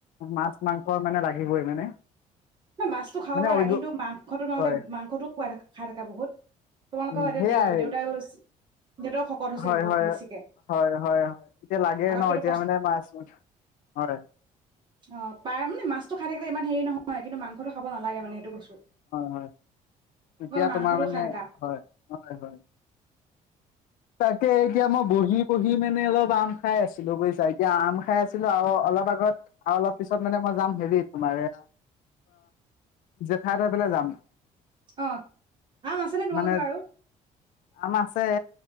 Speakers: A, on the left (about 80°); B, on the right (about 35°).
A: মাছ মাংস ৰ মানে লাগিবই মানে
B: ন মাছটো খাব
A: মানে
B: পাৰা
A: অইল
B: কিন্তু মাংস তোমালোকে
A: হয়
B: মাংসটোও খাই থ খাই থাকা বহুত তোমালোকৰ
A: উম
B: এতিয়া
A: সেয়াই
B: দে দেউতা দেহতৰ শকত হৈছে
A: হয়
B: বহুত
A: হয়
B: বেছিকে
A: হয় হয় হয় এতিয়া লাগে
B: আগতকো
A: ন এতিয়া
B: কষ্ট
A: মানে মাছ হয়
B: আহ পাৰ মানে মাছটো খাই থাকিলে ইমান হেই নহয় কিন্তু মা‌ংখটো খাবনালাগে নে সেটো্
A: হয় এতিয়া
B: মাংসটো
A: তোমাৰ মানে
B: খাই থাকা
A: হয় হয় হয় তাকে এতিয়া মই বহি বহি মানে অলপ আম খাই আছিলো বুজছা এতিয়া আম খাই আছিলো আৰু অলপ আগত আৰু অলপ পিছত মানে মই যাম হেৰি তোমাৰে অ চাই থৈ পেলাই যাম
B: অ আম আছেনেে তোমালোকৰ
A: মানে
B: আৰু
A: আম আছে